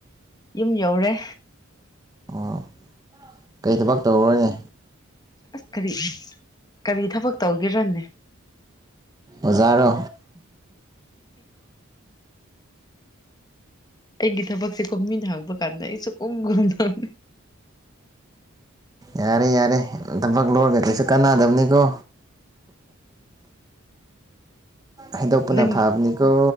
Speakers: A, on the left; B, on the right.
A: ꯌꯨꯝ ꯌꯧꯔꯦ
B: ꯑꯣ ꯀꯩ ꯊꯕꯛ ꯇꯧꯔꯔꯣꯏꯅꯦ
A: ꯑꯁ ꯈꯔꯤ ꯀꯔꯤ ꯊꯕꯛ ꯇꯧꯒꯦꯔꯅꯦ
B: ꯑꯣꯖꯥ
A: ꯑꯩꯒꯤ ꯊꯕꯛꯁꯦ ꯀꯣꯃꯤꯅ ꯍꯥꯡꯕ ꯀꯥꯟꯗ ꯑꯩꯁꯨ ꯀꯨꯝꯒꯔꯨꯝꯗꯧꯅꯤ
B: ꯌꯥꯔꯦ ꯌꯥꯔꯦ ꯊꯕꯛ ꯂꯣꯏꯔꯒ ꯀꯩꯁꯨ ꯀꯥꯟꯅꯗꯕꯅꯤꯀꯣ ꯍꯩꯗꯣꯛꯄꯅ
A: ꯅꯪ
B: ꯐꯕꯅꯤꯀꯣ